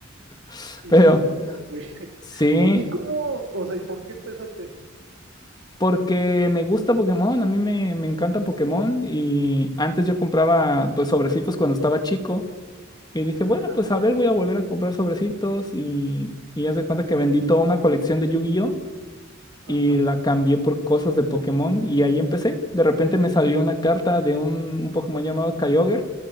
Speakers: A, on the left; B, on the right.
A: <laughs>
B: Y
A: Pero...
B: sale, güey. <laughs>
A: Sí,
B: Oye, ¿y cómo? O sea, ¿y por qué empezaste?
A: Porque me gusta Pokémon, a mí me, me encanta Pokémon y antes yo compraba pues sobrecitos cuando estaba chico y dije, bueno,
B: Ajá,
A: pues a ver, voy a volver a comprar sobrecitos y, y haz de cuenta que vendí toda una colección de Yu-Gi-Oh
B: ajá,
A: y la cambié por cosas de Pokémon y ahí empecé. De repente me salió una carta de un, un Pokémon llamado Kyogre